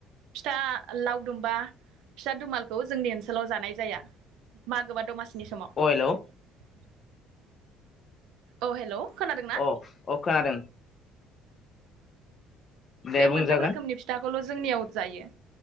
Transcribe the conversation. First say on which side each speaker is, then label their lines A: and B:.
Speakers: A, on the right (about 70°); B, on the left (about 30°).
A: फिथा लावदुम बा फिथा दुमालखौ जोंनि ओनसो ओनसोलाव जानाय जाया मागोबा दमासिनि समाव
B: अ हेलौ
A: औ हेलौ खोनादोंना
B: अ अ खोनादों दे
A: बे
B: बुंजागोन
A: मोनथाम रोखोमनि फिथाखौ खौल' जोंनियाव जायो